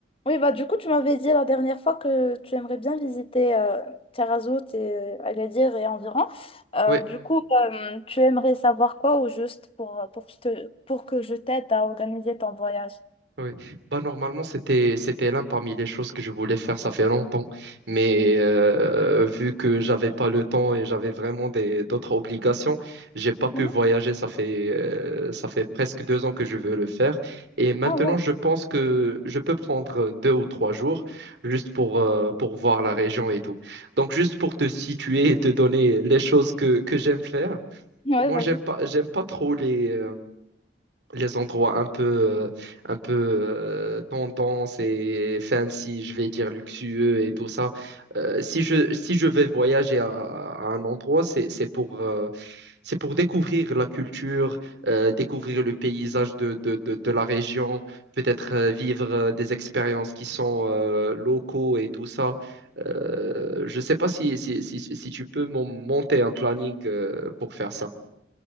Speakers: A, on the left (about 30°); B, on the right (about 65°).
A: Oui, bah du coup, tu m'avais dit la dernière fois que tu aimerais bien visiter euh, Tarazout et Agadir et environ. Euh,
B: oui
A: du coup, euh, tu aimerais savoir quoi au juste pour, euh, pour, que je te- pour que je t'aide à organiser ton voyage?
B: Oui, bah normalement c'était c'était l'un parmi les choses que je voulais faire ça fait longtemps, mais euh, vu que j'avais pas le temps et j'avais vraiment des d'autres obligations, j'ai pas pu
A: Mhm.
B: voyager. Ça fait euh, ça fait presque deux ans que je veux le faire et maintenant
A: Ah bon?
B: je pense que je peux prendre deux ou trois jours juste pour euh, pour voir la région et tout. Donc juste pour te situer et te donner les choses que que j'aime faire.
A: Ouais,
B: Moi
A: vas-y.
B: j'aime pas j'aime pas trop les euh, les endroits un peu, euh, un peu euh, tendance et fancy, je vais dire luxueux et tout ça. Euh, si je, si je vais voyager à, à un endroit, c'est, c'est pour, euh, c'est pour découvrir la culture, euh, découvrir le paysage de, de, de, de la région, peut-être euh, vivre euh, des expériences qui sont euh, locaux et tout ça. Euh, je ne sais pas si, si, si, si tu peux mon- monter un planning euh, pour faire ça.